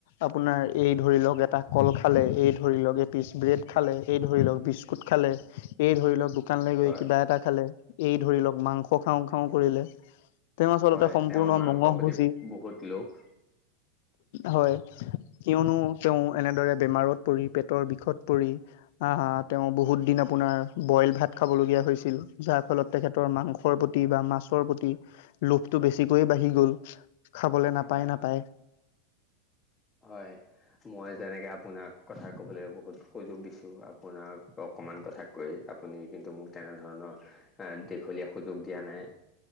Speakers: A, on the left; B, on the left.
A: আপোনাৰ এই ধৰি লওক এটা কল খালে এই ধৰি লওক এ পিচ ব্ৰেড খালে এই ধৰি লওক বিস্কুট খালে এই ধৰি লওক দোকানলৈ গৈ
B: হয়
A: কিবা এটা খালে এই ধৰি লওক মাংস খাওঁ খাওঁ কৰিলে তেওঁ আচলতে
B: হয়
A: সম্পূৰ্ণ
B: তেওঁ মাংসৰ
A: মঙহ
B: প্ৰতি
A: ভুজি
B: বহুত লোভ
A: হয়। কিয়নো তেওঁ এনেদৰে বেমাৰত পৰি পেটৰ বিষত পৰি আহ তেওঁ বহুত দিন আপু। আপোনাৰ বইল ভাত খাবলগীয়া হৈছিল যাৰ ফলত তেখেতৰ মাংসৰ প্ৰতি বা মাছৰ প্ৰতি। লোভটো বেছিকৈয়ে বাঢ়ি গ'ল খাবলৈ নাপায়
B: হয়
A: নাপায়।
B: হয় মই যেনেকে আপোনাক। কথা কবলৈ বহুত সুযোগ দিছো আপোনাক অকমান কথা কৈ আপুনি কিন্তু মোক তেনেধৰণৰ। দীঘলীয়া সুযোগ দিয়া নাই